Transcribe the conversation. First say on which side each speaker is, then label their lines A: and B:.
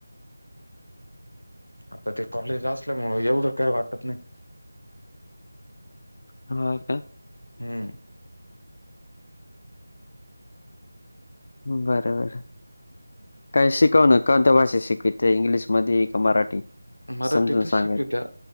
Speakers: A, on the left; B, on the left.
A: आता ते कॉलेज असल्यामुळे एवढ काय वाटत नाही.
B: ह का
A: हम्म
B: बर बर काही शिकवन कोणत्या भाषेत शिकवतात. इंग्लिशमध्ये का मराठी
A: मराठीतच
B: समजून सांगाय
A: शिकवित्या.